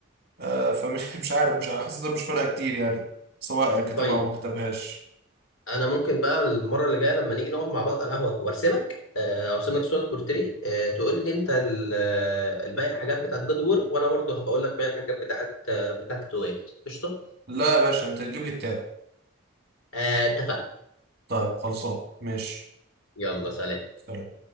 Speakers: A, on the right (about 50°); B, on the left (about 85°).
A: آه فمش <laughs> مش عارف مش انا حاسسها مش فارقه كتير يعني سواء كتبها
B: طيب
A: او ما كتبهاش
B: انا ممكن بقى المره اللي جايه لما نيجي نقعد مع بعض على القهوه وارسمك آه، ارسم لك صوره بورتري آه، تقول لي انت ال- آه، الباقي الحاجات بتاعت جدور وانا برضو هبقول لك باقي الحاجات بتاعت آه، بتاعت تويت قشطه
A: لا يا باشا انت تجيب لي كتاب
B: آه، اتفقنا
A: طيب خلصان ماشي
B: يلا سلام
A: سلام